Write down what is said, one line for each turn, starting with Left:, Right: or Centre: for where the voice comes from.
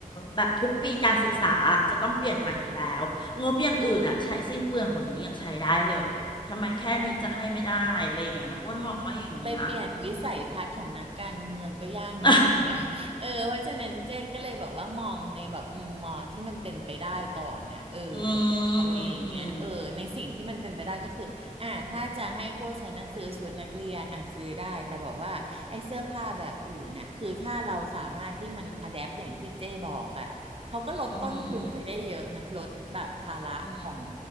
Left: แบบทุกปีการศึกษาจะต้องเปลี่ยนใหม่อยู่แล้วงบอย่างอื่นอ่ะใช้สิ้นเปลืองกว่านี้ยังใช้ได้เลยทำไมแค่นี้จะให้ไม่ได้อะไรอย่างเงี้ยอ้วนมองว่าอย่างนี้นะอืม
Right: เออ ไปเปลี่ยนวิสัยทัศน์ของนักการเมืองก็ยากนิดนึงไง
Left: <laughs>
Right: <laughs> เออเพราะฉะนั้นเจ๊ก็เลยแบบว่ามองในแบบมุมมองที่มันเป็นไปได้ก่อนน่ะเออ
Left: อืมอืมอืม
Right: อะไรอย่างเงี้ยเออในสิ่งที่มันเป็นไปได้ก็คืออ่าถ้าจะให้พวกฉันน่ะซื้อชุดนักเรียนอ่ะซื้อได้แต่แบบว่าไอ้เสื้อผ้าแบบอื่นน่ะ คือถ้าเราสามารถที่มันอะแดปอย่างที่เจ๊บอกอ่ะเขาก็ลดต้นทุนไปได้เยอะนะลดแบบภาระของ
Left: อืม อื